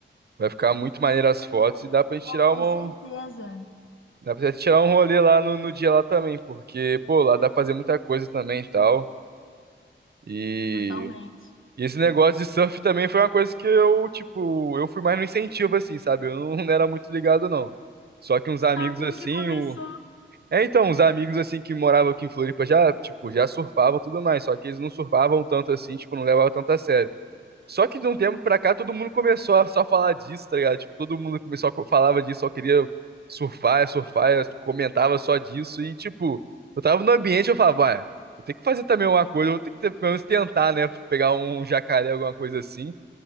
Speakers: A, on the right; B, on the left.
A: vai ficar muito maneiro as fotos. E dá pra gente tirar
B: Com
A: uma...
B: certeza,
A: Dá pra gente tirar um rolê lá no, no dia lá também. Porque, pô, lá dá pra fazer muita coisa também e tal. E...
B: totalmente.
A: e esse negócio de surf também foi uma coisa que eu, tipo... Eu fui mais no incentivo, assim, sabe? Eu não, <laughs> não era muito ligado, não. Só que uns amigos,
B: Tá, como
A: assim...
B: que começou?
A: o É, então, os amigos, assim, que moravam aqui em Floripa já, tipo, já surfavam e tudo mais, só que eles não surfavam tanto assim, tipo, não levavam tanto a sério. Só que de um tempo pra cá, todo mundo começou a só falar disso, tá ligado? Tipo, todo mundo começou a co- falava disso, só queria surfar, surfar, eu comentava só disso, e tipo, eu tava no ambiente, eu falava, vai, vou ter que fazer também alguma coisa, eu vou ter que ter- pelo menos tentar, né, pegar um jacaré, alguma coisa assim,